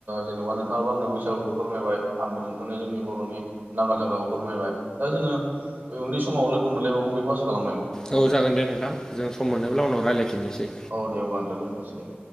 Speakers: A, on the right; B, on the left.
A: जेन'बा नोंथाङाबो आंनो बैसागुखौ फोरमायबाय आंबो नोंथांनो जोंनि बर'नि नांगाल जांग्राखौ फोरमायबाय दा जोंङो उ उनै समाव लोगो मोनलायबावगोन बेखौ आसा खालामबाय नोंथां।
B: औ जागोन दे नोंथां जों सम मोनोब्ला उनाव रायज्लायफिननोसै
A: औ दे औब्ला आानोथ दोनथ'सै दे।